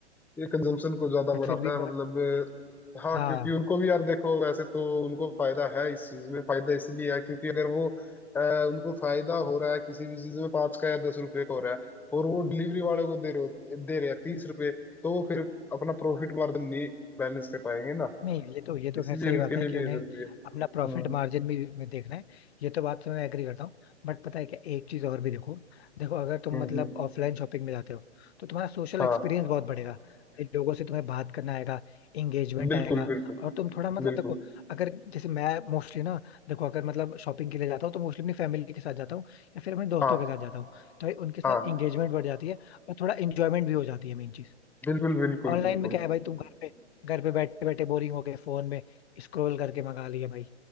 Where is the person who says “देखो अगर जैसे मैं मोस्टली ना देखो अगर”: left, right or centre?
Left